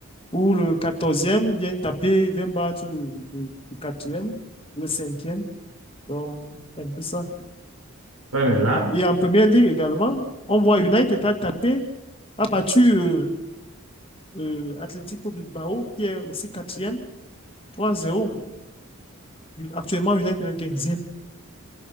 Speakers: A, on the left; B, on the right.
A: où le quatorzième vient taper, vient battre le, le, le 4 le 5 Donc, c'est un peu ça.
B: ouais, mais là,
A: Et en première ligue également, on voit United a tapé, a battu euh, euh, Atlético Bilbao, qui est aussi quatrième, trois zéro Actuellement, United est quinzième.